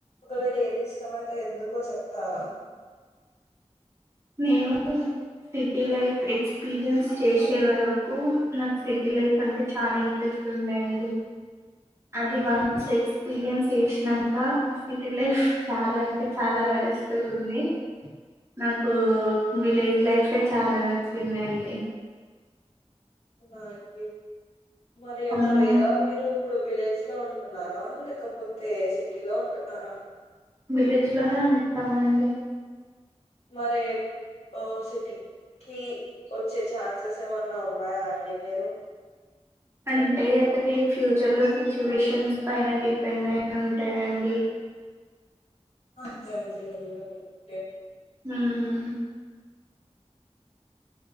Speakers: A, on the left; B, on the right.
A: ఒకవేళ ఏది ఇష్టమో అయితే ఎందుకో చెప్తారా.
B: నేను సిటీ లైఫ్ ఎక్స్పీరియన్స్ చేసే వరకు నాకు సిటీ లైఫ్ అంటే చాలా ఇంట్రెస్ట్ ఉందండి అది వన్స్ ఎక్స్పీరియన్స్ చేసినంక సిటీ లైఫ్ చాలా అంటే చాలా వర్రెస్ట్గా ఉంది నాకు నాకు విలేజ్ లైఫే చాలా నచ్చిందిండి
A: ఆంటీ మరి ఒకవేళ
B: అమ్మో
A: మీరు ఇప్పుడు విలేజ్ లో ఉంటున్నారా లేకపోతే సిటీ లో ఉంటున్నారా
B: విలేజ్ లోనే ఉంటామండి
A: మరి ఓ సిటీకి వోచ్చే ఛాన్సెస్ ఏమన్నా ఉన్నాయా అండి మీరు.
B: అంటే అది ఫ్యూచర్ లో సిచ్యువేషన్స్ పైన డిపెండ్ అయి ఉంటాయండి.
A: అంతే అండి అది కూడా కరెక్టే గా
B: హ్మ్మ్